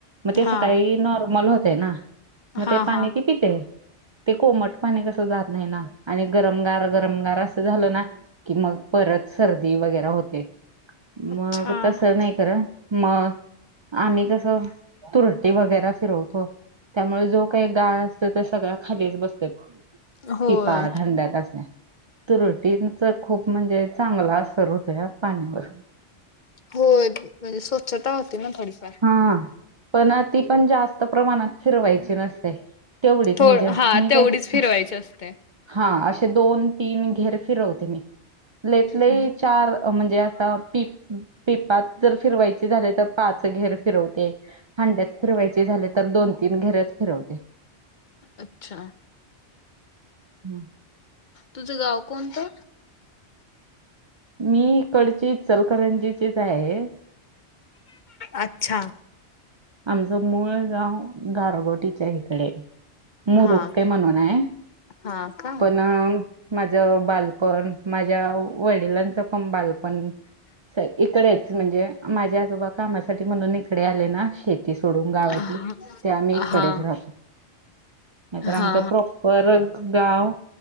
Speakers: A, on the right (about 35°); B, on the left (about 50°).
A: मग ते
B: हा
A: सकाळी नॉर्मल होते ना, मग
B: हा
A: ते पाणी
B: हा
A: ती पिते. ते कोमट पाणी कसं जात नाही ना, आणि गरमगार गरमगार असं झालं ना कि, मग परत सर्दी वगैरा होते
B: अच्छा
A: मग तस नाही करत मग, आम्ही कसं तुरटी वगैरा फिरवतो. त्यामुळे जो काही गाळ असतो तो सगळा खालीच बसतो
B: होय.
A: टिपालाच हंड्यात <unintelligible> त्रुटीचा खूप म्हणजे चांगला असर होतया पाण्यावर
B: होय म्हणजे स्वच्छता होती ना थोडीफार.
A: हा. पण ना ती पण जास्त प्रमाणात फिरवायची नसते. तेवढीच
B: थो
A: म्हणजे
B: हा
A: मी
B: तेवढीच
A: काही
B: फिरवायची असते.
A: हा असे दोन, तीन घेर फिरवते मी. लयीतलयी
B: हम्म
A: चार म्हणजे आता टिप टीपात जर फिरवायचे झाले तर पाच घेर फिरवते. हांड्यात फिरवायचे झाले तर, दोन तीन घरच फिरवते.
B: अच्छा.
A: हम्.
B: तुझं गाव कोणतं?
A: मी इकडची इचलकरंजीचीच आहे.
B: अच्छा.
A: आमचं मूळ गाव गारगोटीच्या हिकडे. मरूकटे
B: हा
A: म्हणून हाय,
B: हा का?
A: पण अ माझं बालपण, माझ्या वडिलांचं पण बालपण इकडेच म्हणजे माझे आजोबा कामासाठी म्हणून इकडे आले ना, शेती सोडून गावातली
B: हा हा
A: ते आम्ही
B: हा
A: इकडेच राहतो. नाहीतर
B: हा
A: आमचा प्रॉपर गाव